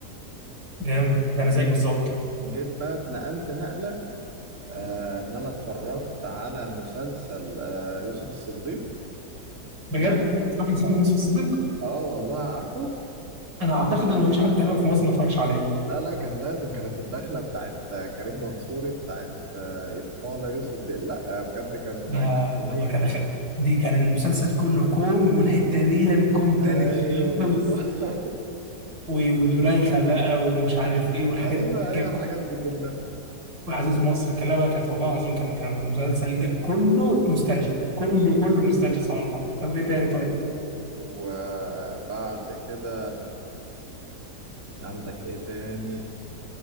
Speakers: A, on the right (about 85°); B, on the right (about 45°).
A: جامد ده انا
B: جيت
A: زيك بالظبط
B: جيت بقى اتنقلت نقلة آه ان انا اتفرجت على مسلسل آه يوسف الصديق
A: بجد
B: تمام
A: فاكر سيدنا
B: اه
A: يوسف الصديق
B: آه والله عارفه
A: انا اعتقد ان مفيش حد تقريبا في مصر ما اتفرجش عليه
B: لا لا كان لازم كانت الدخلة بتاعت آه، كريم منصوري بتاعت آه إذ قال يوسف دي لا آه، بجد كان
A: ده
B: كان جميل
A: ده ده كده خ- دي كان المسلسل كله كوم والحته دي كوم تاني
B: ايوه
A: خالص
B: بالظبط
A: و- وزليخه بقى ومش عارف
B: <laughs>
A: ايه والحاجات
B: ايوه
A: دي.
B: ايوه الحاجات دي كلها
A: وعزيز مصر كان لا لا كانت والله العظيم كان كان مسلسل ج- كله نوستالجيا كله كله نوستالجيا سبحان الله طب ايه تاني طيب؟
B: وبعد كده عندك ايه تاني